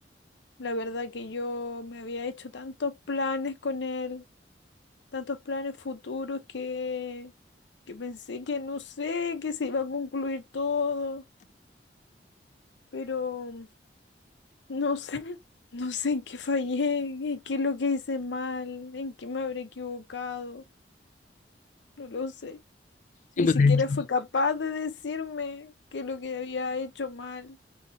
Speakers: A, on the left (about 80°); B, on the left (about 45°).
A: La verdad que yo me había hecho tantos planes con él, tantos planes futuros que, que pensé que no sé, que se iba a concluir todo, pero no sé, <laughs> no sé en qué fallé, en qué es lo que hice mal, en qué me habré equivocado. No lo sé. Ni
B: Sí, pues
A: siquiera
B: de hecho,
A: fue capaz de decirme que lo que había hecho mal